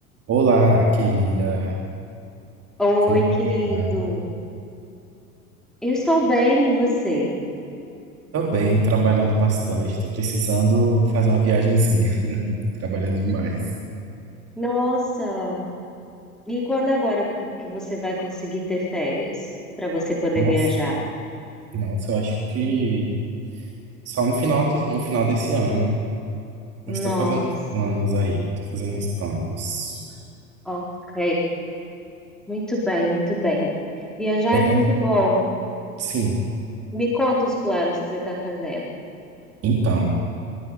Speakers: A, on the right; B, in the centre.
A: Olá, querida.
B: Oi,
A: Como
B: querido.
A: tá?
B: Eu estou bem, e você?
A: Tô bem, trabalhando bastante. Tô precisando fazer uma viagenzinha. <laughs> Trabalhando demais.
B: Nossa, e quando agora que você vai conseguir ter férias para você poder
A: Nossa,
B: viajar?
A: nossa, eu acho que só no final de, no final desse ano. Eu estou
B: Nossa,
A: fazendo uns planos aí. Tô fazendo uns planos.
B: ok. Muito bem, muito bem. Viajar
A: Pretendo,
B: é muito bom.
A: sim.
B: Me conta os planos que você está fazendo.
A: Então,